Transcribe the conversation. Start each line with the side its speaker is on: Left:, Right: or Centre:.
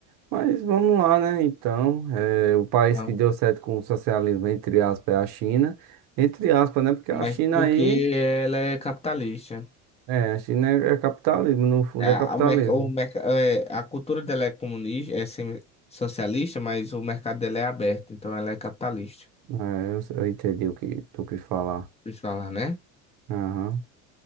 Right: Mas vamos lá, né? Então, é, o país
Left: Não.
Right: que deu certo com o socialismo, entre aspas, é a China. Entre aspas, né? Porque
Left: Mas
Right: a China
Left: porque
Right: aí.
Left: ela é capitalista.
Right: É, a China é, é capitalismo, no fundo
Left: É,
Right: é
Left: a,
Right: capitalismo.
Left: o merc- o merc- é, a cultura dela é comunista, é semi- socialista, mas o mercado dela é aberto, então ela é capitalista.
Right: É, eu, eu entendi o que tu quis falar.
Left: Deixa eu falar, né?
Right: Aham.